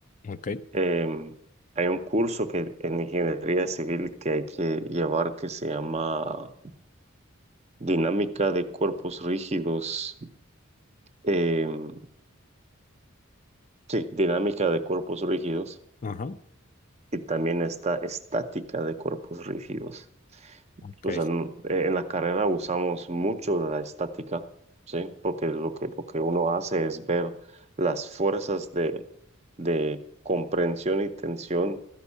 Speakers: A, on the left; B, on the right.
A: Ok,
B: Em, hay un curso que en ingeniería civil que hay que llevar que se llama Dinámica de cuerpos rígidos. em, sí, dinámica de cuerpos rígidos.
A: ajá,
B: Y también está estática de cuerpos rígidos.
A: ok.
B: O sea, n- eh, en la carrera usamos mucho de la estática, ¿sí? Porque lo que, lo que uno hace es ver las fuerzas de, de comprensión y tensión